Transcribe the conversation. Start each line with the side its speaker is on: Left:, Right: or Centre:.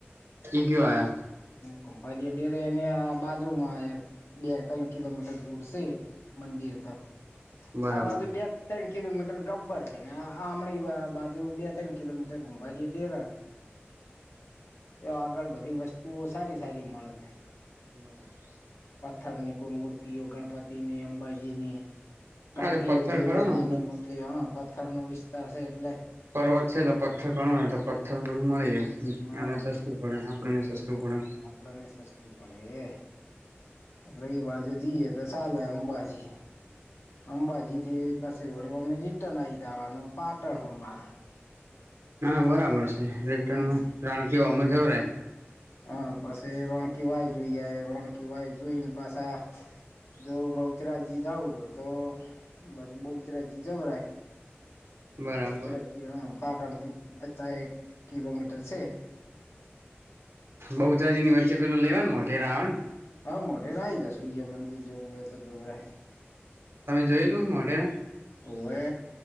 Right: ઈ કયો આયા
Left: ક ડેરેને આ બાજુમાં બે ત્રણ કિલોમીટર દૂર છે મંદિર ત.
Right: બરાબર
Left: આ બાજુ બે ત્રણ કિલોમીટર. ગબ્બર છે ને આમણી બાજુ બે ત્રણ કિલોમીટર ગુંભારી ડેરાથી. તો આગળ બધી વસ્તુઓ સારી સારી મળેશે.
Right: બરાબર
Left: પથ્થર ની કોઈ મૂર્તિઓ ગણપતિની અંબાજીની. ઘંટીઓ
Right: આ પથ્થર
Left: લેવી
Right: ખરો ને આમ
Left: નાની
Right: તો
Left: મોટી હ પથ્થર નો વિસ્તાર છે એટલે
Right: પર્વત છે એટલે પથ્થર ઘણોય એટલે પથ્થર બધું મળી જાય
Left: હા
Right: એમને સસ્તું પડે આપડને સસ્તું પડે
Left: આપડને સસ્તું પડે રી બાજુ જીએ તો સલેે અં બાજી અંબાજી થી પા વળ અમને રિટર્ન આવી જવાનું પાટણ હોમાં
Right: ના ના બરાબર છે રટનમાં
Left: હમ
Right: રાણકીવામાં જવરાય
Left: હ પછી રોણકી વાય જોઈએ રોણકી વાય જોઈને પાછા જો બહુચરાજી જું હોય તોધું બહુચરાજી જવરાય
Right: બરાબર
Left: બલચરાજી હા પાટણ થી પચાસ એક કિલોમીટર છે
Right: બહુચરાજીની વચ્ચે પેલું લેવા ને મોઢેરા આવે ને
Left: હ મોટે રાય તા સૂર્યમંદિર જોગ તો જોગરા
Right: તમે જોયેલું
Left: એ
Right: મોઢેરા
Left: ઓવે